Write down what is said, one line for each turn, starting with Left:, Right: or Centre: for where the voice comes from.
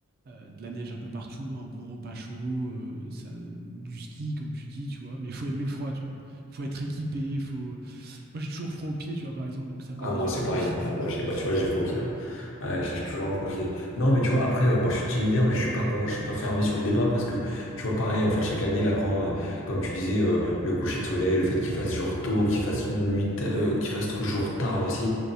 Right: euh, de la neige un peu partout, un bon repas chaud, euh, ça, du ski comme tu dis, tu vois. Mais il faut aimer le froid, tu vois. Faut être équipé, faut. Moi j'ai toujours froid aux pieds, tu vois par exemple, donc ça part
Left: Ah,
Right: déjà
Left: moi, c'est
Right: mal.
Left: pareil. Ah, moi,
Right: <laughs>
Left: j'ai, bah, tu vois, j'ai trop pire. Ouais, j'ai toujours un projet. Non, mais tu vois, après, euh, moi, je suis team hiver, mais je suis pas con, je suis pas fermé sur le débat parce que, tu vois, pareil, en fait, chaque année, là, quand, euh, comme tu disais, euh, le coucher de soleil, le fait qu'il fasse jour tôt, qu'il fasse une nuit, ta- euh, qu'il fasse tr- jour tard aussi,